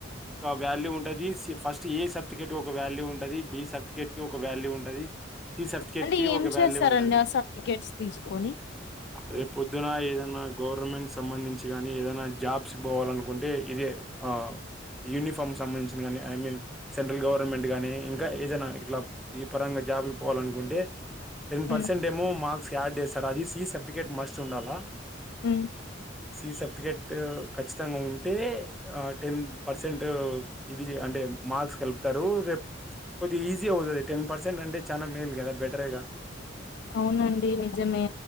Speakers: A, in the centre; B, on the left.
A: ఒక వ్యాల్యూ ఉంటది. స్ ఫస్ట్ ఏ సర్టిఫికేట్ ఒక వ్యాల్యూ ఉంటది బి సర్టిఫికేట్ కి ఒక వాల్యూ ఉంటది సి సర్టిఫికెట్
B: అంటే
A: కి
B: ఏం
A: ఒక
B: చేస్తారండి
A: వ్యాల్యూ ఉంటది
B: ఆ సర్టిఫికేట్స్ తీసుకొని
A: రేపు పొద్దున ఏదన్నా గవర్నమెంట్ సంబంధించి కానీ ఏదైనా జాబ్స్ పోవాలనుకుంటే ఇదే ఆ యూనిఫామ్ సంబంధించిన కానీ ఐ మీన్ సెంట్రల్ గవర్నమెంట్ గానీ ఇంకా ఏదైనా ఇట్లా ఈ పరంగా జాబ్లకి పోవాలనుకుంటే టెన్
B: హ్మ్.
A: పర్సెంట్ ఏమో మార్క్స్ యాడ్ చేస్తార్ అది సి సర్టిఫికేట్ మస్ట్ ఉండాలా
B: ఉమ్
A: సి సర్టిఫికెట్ కచ్చితంగా ఉంటే టెన్ పర్సెంట్ ఇది అంటే మార్క్స్ కలుపుతారు రేప్ కొద్ది ఈజీవు అవుతాది టెన్ పర్సెంట్ అంటే చా మేల్గాద బెటరెగా
B: అవునండి నిజమే